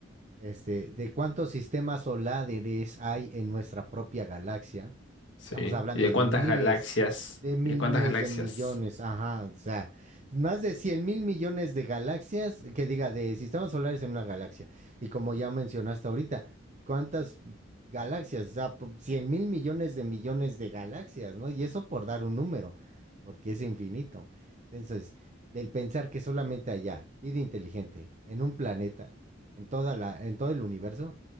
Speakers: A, on the right; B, on the left.
A: Este, de cuántos sistemas solares hay en nuestra propia galaxia.
B: sí.
A: Estamos hablando
B: ¿Y de cuántas
A: de miles,
B: galaxias?
A: de miles
B: ¿Y de cuántas galaxias?
A: de millones, ajá, o sea, más de 100 mil millones de galaxias, que diga, de sistemas solares en una galaxia. Y como ya mencionaste ahorita, ¿cuántas galaxias? O sea, 100 mil millones de millones de galaxias, ¿no? Y eso por dar un número, porque es infinito. Entonces, del pensar que solamente allá, vida inteligente, en un planeta, en, toda la, en todo el universo,